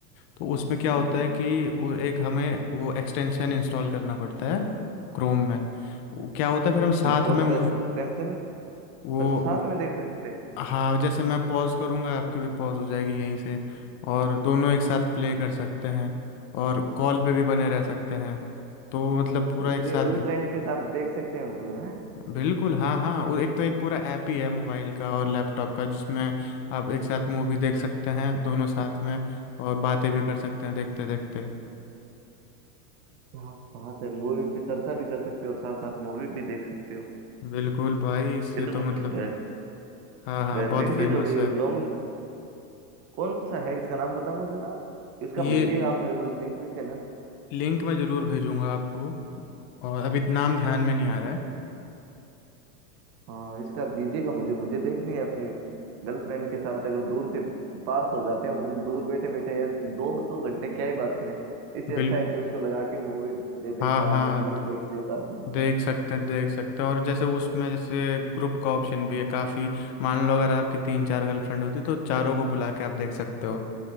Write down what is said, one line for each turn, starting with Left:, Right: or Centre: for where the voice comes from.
Left: तो उसमें क्या
Right: हम्म
Left: होता है कि वो एक हमें वो एक्सटेंशन इंस्टॉल करना पड़ता है क्रोम में वो क्या होता है फिर
Right: अच्छा
Left: हम साथ
Right: कौन
Left: में
Right: सा
Left: मूव
Right: टेंशन
Left: वो
Right: अच्छा साथ में देख सकते हैं
Left: हाँ जैसे मैं पॉज करूँगा आपकी भी पॉज हो जाएगी यहीं से और दोनों एक साथ प्ले कर सकते हैं और कॉल पे भी बने रह सकते हैं तो मतलब पूरा
Right: मतलब
Left: एक साथ
Right: ये गर्लफ्रेंड के साथ देख सकते हैं मतलब है
Left: बिल्कुल हाँ हाँ और एक तो एक पूरा ऐप ही है मोबाइल का और लैपटॉप का जिसमें आप एक साथ मूवी देख सकते हैं दोनों साथ में और बातें भी कर सकते हैं देखते देखते
Right: क्या बात है मूवी पे चर्चा भी कर सकते हो और साथ साथ मूवी भी देख सकते हो
Left: बिल्कुल भाई इस
Right: ये
Left: ये
Right: तो
Left: तो
Right: मतलब
Left: मतलब
Right: बेहत,
Left: हाँ हाँ
Right: बेहतरीन
Left: बहुत फेमस
Right: चीज हो गई
Left: है
Right: लॉन्ग कौन सा है इसका नाम बताना जरा इसका
Left: ये
Right: भेजिएगा आप मेरे को लिंक भी देना
Left: लिंक मैं जरूर भेजूंगा आपको और अभी नाम ध्यान में नहीं आ रहा है
Right: हाँ इसका दीजिएगा मुझे मुझे देखनी है अपनी गर्लफ्रेंड के साथ अगर दूर से पास हो जाते हैं मतलब दूर बैठे बैठे यार दो तो घंटे क्या ही बात करें इससे अच्छा
Left: बिल
Right: है कि उसको लगा के मूवी दे दे
Left: हाँ
Right: क्या
Left: हाँ
Right: लो फिल्म देखते हैं साथ में
Left: देख सकते हैं देख सकते हैं और जैसे उसमें जैसे ग्रुप का ऑप्शन भी है काफ़ी मान लो अगर आपकी तीन चार गर्लफ्रेंड होती तो चारों को बुला के आप देख सकते हो